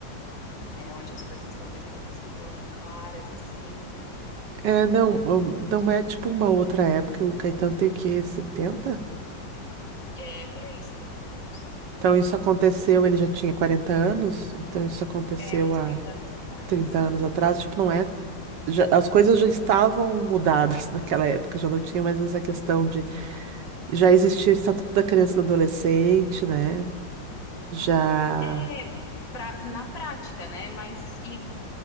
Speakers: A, on the left; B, on the right.
A: né, onde as coisas talvez não fossem tão claras assim e
B: É, não, hum,
A: e sobre
B: não é
A: isso.
B: tipo uma outra época, o Caetano tem o quê? setenta.
A: E é por aí, 70 e poucos, aham.
B: Então isso aconteceu, ele já tinha 40 anos, então isso aconteceu
A: É uns
B: há
A: 30 anos atrás.
B: 30 anos atrás, tipo, não é. já- as coisas já estavam mudadas <laughs> naquela época, já não tinha mais essa questão de. Já existia o Estatuto da Criança e do Adolescente, né? Já.
A: É,
B: ah,
A: pra, na prática, né? Mas e